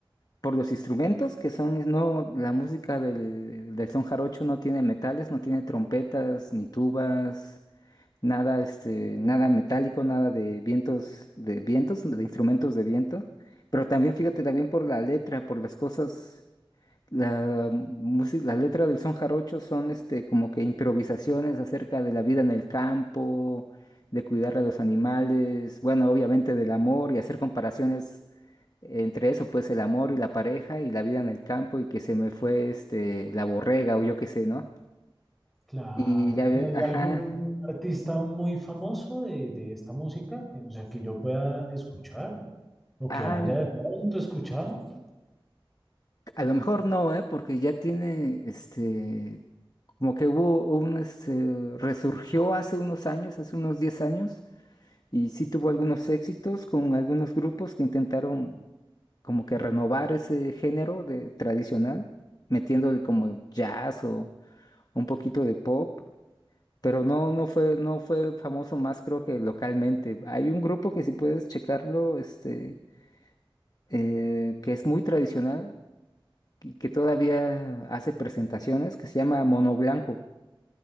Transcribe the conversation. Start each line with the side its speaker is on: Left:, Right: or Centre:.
Left: por los instrumentos que son, no, la música del, del son jarocho no tiene metales, no tiene trompetas ni tubas, nada, este, nada metálico, nada de vientos, de vientos, de instrumentos de viento. Pero también fíjate también por la letra, por las cosas la música, las letras del son jarocho son este como que improvisaciones acerca de la vida en el campo, de cuidar a los animales, bueno, obviamente del amor y hacer comparaciones entre eso, pues el amor y la pareja y la vida en el campo y que se me fue este la borrega o yo qué sé, ¿no?
Centre: Claro.
Left: Y ya ves,
Centre: ¿Y hay
Left: ajá.
Centre: algún artista muy famoso de, de esta música? O sea, que yo pueda escuchar o
Left: Ah,
Centre: que haya de pronto escuchado.
Left: a lo mejor no, ¿eh? Porque ya tiene este como que hubo un este resurgió hace unos años, hace unos diez años Y sí tuvo algunos éxitos con algunos grupos que intentaron como que renovar ese género de tradicional, metiéndole como jazz o un poquito de pop, pero no, no fue, no fue famoso más creo que localmente. Hay un grupo que si puedes checarlo, este, eh, que es muy tradicional y que todavía hace presentaciones, que se llama Mono Blanco,